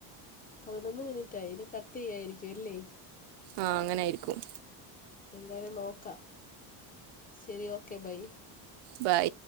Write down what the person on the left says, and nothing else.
പതിനൊന്ന് മിനിറ്റായി ഇനി കട്ട് ചെയ്യായിരികിയും ല്ലേ?
എന്തായാലും നോക്കാം ശരി ഓക്കെ ബൈ.